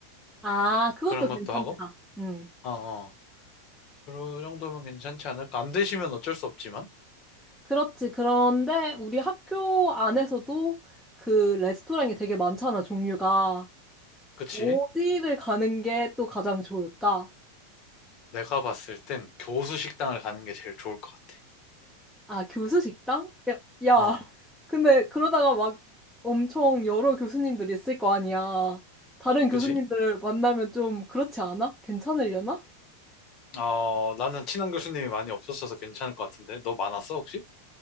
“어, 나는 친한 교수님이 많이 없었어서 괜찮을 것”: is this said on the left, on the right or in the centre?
Left